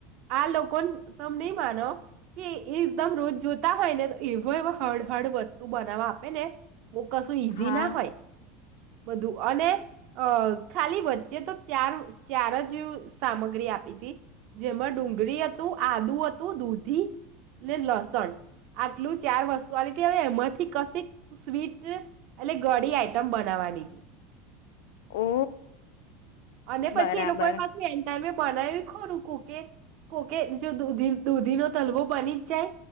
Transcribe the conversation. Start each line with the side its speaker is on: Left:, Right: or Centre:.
Right: આ લોકો તમે નહી માનો, કે એ એકદમ રોજ જોતા હોય ને તો એવો હળ હળ વસ્તુ બનાવવા આપે ને. બુક કસું ઇઝિ
Left: હા
Right: ના હોય. બધું અને ખાલી વચ્ચે તો ચાર ચાર જ સામગ્રી આપી હતી, જેમાં ડુંગળી હતું આદુ હતું દૂધી, ને લસણ આટલું ચાર વસ્તુ આ હતી હવે એમાંથી કશીક સ્વીટ એટલે ઘળી આઈટમ બનાવવાની હતી.
Left: ઓ
Right: અને પછી
Left: બરાબર
Right: એ લોકો એ પાછું એન્ટ બનાવી ખોરું કોકે, કોકે જોધી દૂધી નો તલવો બની જ જાય.